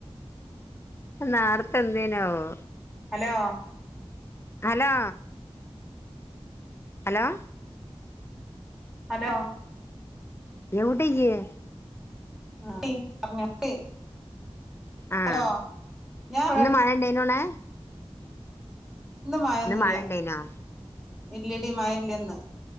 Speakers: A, on the left (about 25°); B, in the centre.
A: നേർത്തെ ന്തേനു ആവോ
B: hello
A: hello hello
B: hello
A: എവിടിയെ
B: <unintelligible>
A: ആഹ്
B: hello <unintelligible> ഞാൻ
A: ഇന്ന് മഴ ഇണ്ടേനോടെ
B: മഴൊന്നുല്ല
A: ഇന്ന് മഴ ഇണ്ടായിനോ
B: ഇല്യടി മഴയില്ല ഇന്ന്